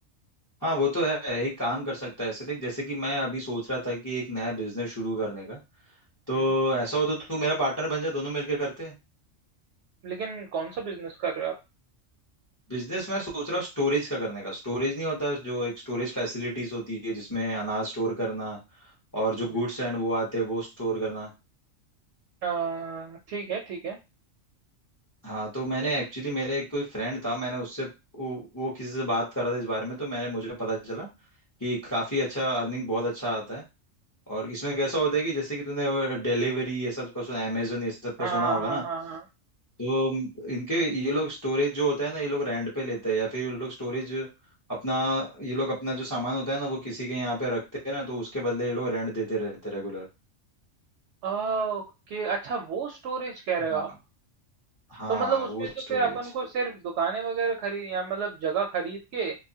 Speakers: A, on the left; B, on the right.
A: हाँ वो तो है एक काम कर सकता है ऐसे देख जैसे कि मैं अभी सोच रहा था कि एक नया बिजनेस शुरू करने का तो
B: हम्म।
A: ऐसा हो तो तू मेरा पार्टनर बन जा दोनों मिलके करते हैं
B: लेकिन कौन सा बिजनेस कर रहे हो आप
A: बिजनेस मैं सोच रहा हूँ स्टोरेज का करने का स्टोरेज नहीं होता जो एक स्टोरेज फैसिलिटीज होती है जिसमें अनाज स्टोर करना और जो
B: हम्म।
A: गुड्स एंड वो आते हैं वो स्टोर करना
B: अ, ठीक है ठीक है
A: हाँ तो मैंने एक्चुअली मेरे एक कोई फ्रेंड था मैंने उससे वो, वो किसी से बात कर रहा था इस बारे में तो मैंने मुझे पता चला कि काफी अच्छा अर्निंग बहुत अच्छा आता है और इसमें कैसा होता है कि जैसे कि तूने डिलीवरी ये सब का सुना अमेजोन ये सब का
B: हाँ
A: सुना होगा
B: हाँ
A: ना
B: हाँ हाँ हाँ
A: तो इनके ये लोग स्टोरेज जो होता है ना ये लोग रेंट पे लेते हैं या फिर ये लोग स्टोरेज अपना ये लोग अपना जो सामान होता है ना वो किसी के यहाँ पे रखते हैं ना तो उसके बदले ये लोग रेंट देते रहते रेगुलर
B: आ, ओके अच्छा वो स्टोरेज कह रहे हो
A: हाँ
B: आप
A: हाँ
B: तो मतलब उसमें
A: वो
B: तो
A: स्टोरेज
B: फिर अपन को सिर्फ दुकानें वगैरह खरीद या मतलब जगह खरीद के